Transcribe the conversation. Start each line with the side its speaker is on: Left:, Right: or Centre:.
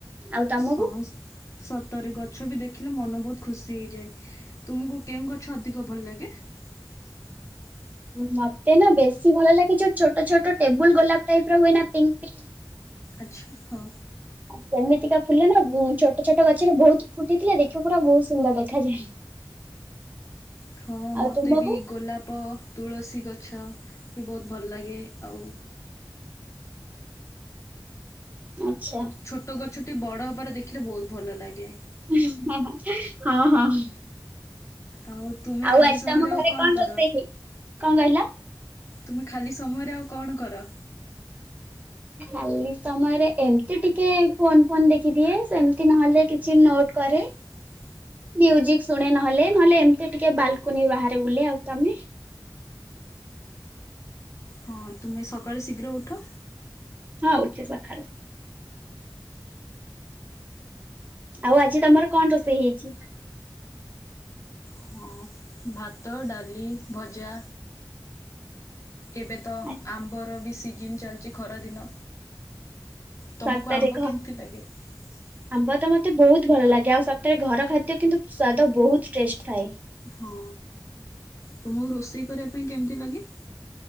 Right: ଆଉ ତମକୁ?
Left: ହସ ସ ତରେ ଗଛ ବି ଦେଖିଲେ ମନ ବହୁତ ଖୁସି ହେଇଯାଏ ତୁମକୁ କେଉଁ ଗଛ ଅଧିକ ଭଲ ଲାଗେ। <inaudible>
Right: ମତେ ନା ବେଶୀ ଭଲ ଲାଗେ ଯୋଉ ଛୋଟ ଛୋଟ ଟେବୁଲ ଗୋଲାପ ଟାଇପ ର ହୁଏ ନା ପିଙ୍କ ପିଙ୍କ୍
Left: ଆଛା ହଉ।
Right: ଆଉ ସେମିତିକା ଫୁଲ ନା ବହୁ ଛୋଟ ଛୋଟ ଗଛରେ ବହୁତୁ ଫୁଟି ଥିଲେ ଦେଖିବ ପୁରା ବହୁତୁ ସୁନ୍ଦର ଦେଖାଯାଏ। <inaudible>
Left: ହଁ,
Right: ଆଉ
Left: ମତେ
Right: ତୁମକୁ?
Left: ବି ଗୋଲାପ ପ ତୁଳସୀ ଗଛ ବି ବହୁତୁ ଭଲ ଲାଗେ ଆଉ
Right: ଆଛା।
Left: ଛୋଟ ଗଛଟି ବଡ ହବାର ଦେଖିଲେ ବହୁତୁ ଭଲ ଲାଗେ।
Right: ହଁ, ହଁ, ହଁ।
Left: ଆଉ ତୁମେ
Right: ଆଉ
Left: ଖାଲି
Right: ଆଜି
Left: ସମୟରେ
Right: ତମ
Left: ଆଉ
Right: ଘରେ କଣ
Left: କର?
Right: ରୋଷେଇ ହେଇଚି କଣ କହିଲ?
Left: ତୁମେ ଖାଲି ସମୟରେ ଆଉ କଣ କର?
Right: ଖାଲି ସମୟରେ ଏମିତି ଟିକେ ଫୋନ ଫୋନ୍ ଦେଖିଦିଏ ସେମିତି ନହେଲେ କିଛି ନୋଟ କରେ।
Left: <inaudible>
Right: ମୁଜିକ୍ ଶୁଣେ ନହେଲେ, ନହେଲେ ଏମିତି ଟିକେ ବାଲକୁନି ବାହାରେ ବୁଲେ ଆଉ ତମେ?
Left: ହଁ ତୁମେ ସକାଳେ ଶୀଘ୍ର ଉଠ?
Right: ହଁ, ଉଠେ ସକାଳୁ। ଆଉ ଆଜି ତମର କଣ ରୋଷେଇ ହେଇଚି?
Left: ହଁ। ଭାତ, ଡାଲି, ଭଜା ଏବେ ତ
Right: ଆ-
Left: ଆମ୍ବର ବି ସିଜିନି ଚାଲିଚି ଖରାଦିନ। ତମକୁ
Right: ସାତ ତାରିଖ।
Left: ଆମ୍ବ କେମିତି <inaudible>
Right: ଆମ୍ବ ତ ମତେ ବହୁତୁ ଭଲ ଲାଗେ ଆଉ ସତରେ ଘର ଖାଦ୍ୟ କିନ୍ତୁ ସ୍ଵାଦ ବହୁତୁ ଟେଷ୍ଟ ଥାଏ।
Left: ହଁ, ତୁମୋକୁ ରୋଷେଇ କରିବା ପାଇଁ କେମିତି ଲାଗେ?